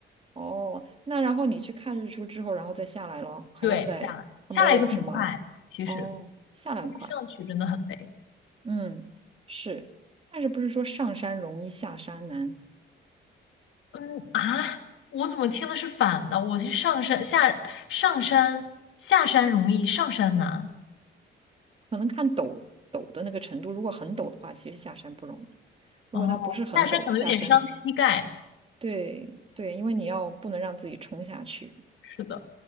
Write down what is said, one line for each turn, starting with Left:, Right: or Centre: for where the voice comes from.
Right: 哦，那然后你去看日出之后，然后再下来咯，还要再，
Left: 对，下来下来就很快，
Right: 它没有什么，
Left: 其实
Right: 哦，下来很快，
Left: 但是上去真的很累。
Right: 嗯，是，但是不是说上山容易下山难？
Left: 嗯啊，我怎么听的是反的？我是上山下上山下山容易，上山难。
Right: 可能看陡陡的那个程度，如果很陡的话，其实下山不容易；如果它不是很陡，
Left: 哦，下山可能有点伤膝盖，
Right: 下山，对对，因为你要不能让自己冲下去，
Left: 是的。